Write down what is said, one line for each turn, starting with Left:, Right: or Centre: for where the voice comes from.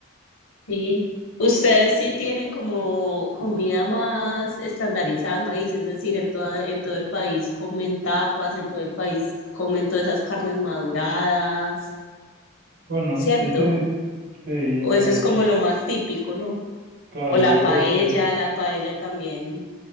Left: Sí. Ustedes sí tienen como comida más estandarizada en el país, es decir, en toda, en todo el país comen tapas, en todo el país comen todas esas carnes maduradas,
Right: Bueno,
Left: ¿cierto?
Right: yo te diría,
Left: O eso es como
Right: sí,
Left: lo más típico, ¿no?
Right: Claro,
Left: O la
Right: yo
Left: paella,
Right: creo que,
Left: la paella también.